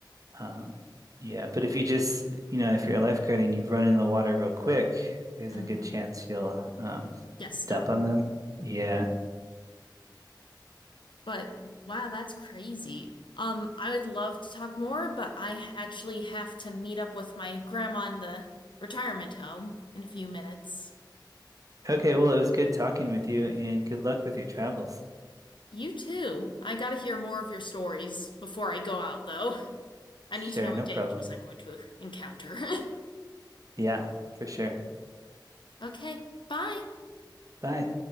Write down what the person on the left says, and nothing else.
mm,
get
stung.
But wow, that's crazy. Um, I would love to talk more, but I actually have to meet up with my grandma in the retirement home in a few minutes.
You too. I gotta hear more of your stories before I go out, though. I
need to know what
dangers
I'm going to encounter. <laughs>
Okay, bye.